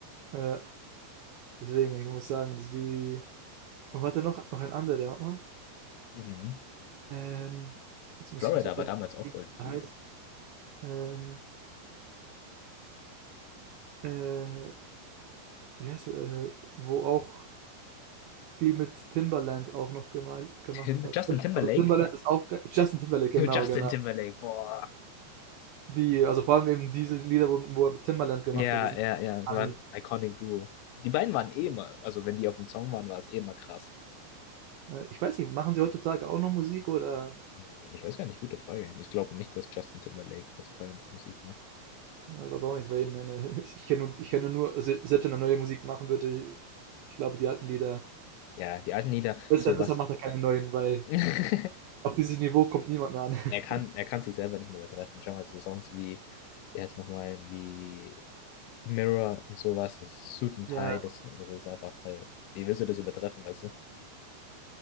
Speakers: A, on the right; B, on the left.
A: äh, deswegen, ich muss sagen, also die. Und warte noch, noch ein anderer, warte mal.
B: Mhm.
A: Ähm, jetzt muss
B: Florida
A: ich kurz kurz
B: war damals
A: überlegen,
B: auch
A: wie
B: voll viel.
A: der heißt. Ähm, äh, wie heißt er? Äh, wo auch viel mit Timbaland auch noch gema gemacht
B: Tim,
A: hat.
B: Justin
A: Also
B: Timberlake?
A: Timbaland ist auch ge- Justin Timberlake,
B: <laughs>
A: genau,
B: Justin
A: genau.
B: Timberlake, boah.
A: Die, also vor allem eben diese Lieder, wo, wo er mit Timbaland gemacht
B: Ja,
A: hat, die sind
B: ja, ja, es
A: alle.
B: war ein iconic Duo. Die beiden waren eh immer, also wenn die auf dem Song waren, war es eh immer krass.
A: äh, Ich weiß nicht, machen die heutzutage auch noch Musik oder?
B: Hm, Ich weiß gar nicht, gute Frage. Ich glaube nicht, dass Justin Timberlake heutzutage noch Musik macht.
A: Ja, ich glaube auch nicht, weil ich meine, <laughs> ich kenne ich kenne nur, also selbst wenn er neue Musik machen würde, ich glaube, die alten Lieder,
B: Ja, die alten Lieder,
A: besser,
B: sowas.
A: besser macht er keine neuen, weil
B: <laughs>
A: auf dieses Niveau kommt niemand mehr an. <laughs>
B: Er kann, er kann sich selber nicht mehr übertreffen. Schau mal, so Songs wie, wie heißt nochmal, wie Mirror und sowas, das Suit and
A: Ja.
B: Tie, das, das ist einfach halt, wie willst du das übertreffen, weißt du?